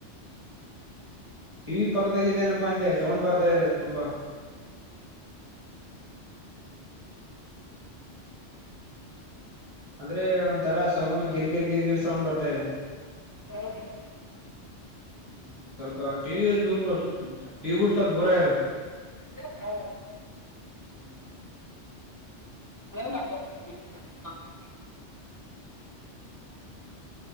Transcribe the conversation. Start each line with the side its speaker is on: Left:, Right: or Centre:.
Right: ಟಿ ವಿ ಪಕ್ಕದಲ್ಲಿ ಇದೇನಪ್ಪಾ ಅಂದೆ ಸೌಂಡ್ ಬರ್ತಾ ಇದೆ ತುಂಬಾ. ಅಂದ್ರೆ ಒಂತರ ಸೌಂಡ್ ಗಿರ್ ಗಿರ್ ಗಿರ್ ಸೌಂಡ್ ಬರ್ತಾ ಇದೆ.
Left: ಹೌದೌದು.
Right: ಹ್ಮ್ ಸ್ವಲ್ಪ ಟಿವಿ ದೂರ್ ಟಿವಿ ಬಿಟ್ಟ ಸ್ವಲ್ಪ ದೂರ ಇರ.
Left: <unintelligible>
Right: ಹ್ಮ್
Left: <unintelligible>